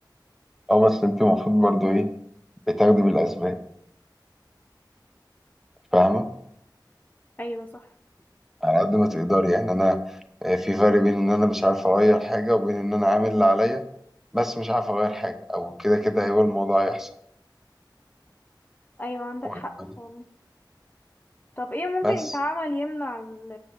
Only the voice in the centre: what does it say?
اه بس انت المفروض برضو ايه بتاخدي بالأسباب فاهمة
على قد ما تقدري يعني أنا آه، في فرق بين إن أنا مش عارف أغير حاجة وبين إن أنا عامل اللي عليا بس مش عارف أغير حاجة أو كده كده هيبقى الموضوع هيحصل
واخد
بالك؟
بس